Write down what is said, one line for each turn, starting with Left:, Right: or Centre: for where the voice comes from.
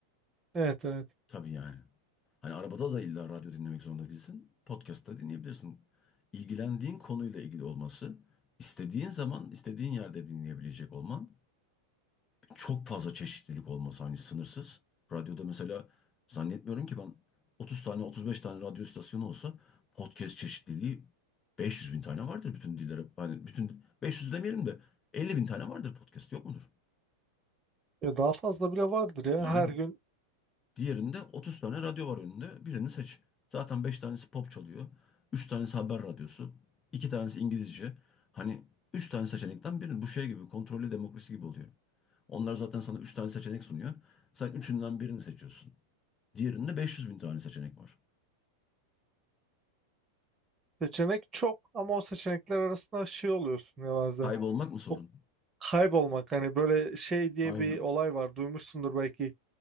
Right: Evet evet.
Left: Tabii yani. Hani arabada da illa radyo dinlemek zorunda değilsin. Podcast'ta dinleyebilirsin. İlgilendiğin konuyla ilgili olması, istediğin zaman, istediğin yerde dinleyebilecek olman, çok fazla çeşitlilik olması hani sınırsız. Radyoda mesela zannetmiyorum ki ben 30 tane, 35 tane radyo istasyonu olsa podcast çeşitliliği 500 bin tane vardır bütün dillere. Hani bütün 500 demeyelim de 50 bin tane vardır podcast yok mudur?
Right: Ya daha fazla bile vardır ya.
Left: Yani.
Right: Her gün
Left: Diğerinde 30 tane radyo var önünde. Birini seç. Zaten 5 tanesi pop çalıyor. üç tanesi haber radyosu. iki tanesi İngilizce. Hani 3 tane seçenekten birini. Bu şey gibi kontrollü demokrasi gibi oluyor. Onlar zaten sana 3 tane seçenek sunuyor. Sen üçünden birini seçiyorsun. Diğerinde 500 bin tane seçenek var.
Right: seçenek çok ama o seçenekler arasında şey oluyorsun ya bazen.
Left: Kaybolmak mı sorun?
Right: O kaybolmak hani böyle şey diye
Left: Aynen.
Right: bir olay var duymuşsundur belki.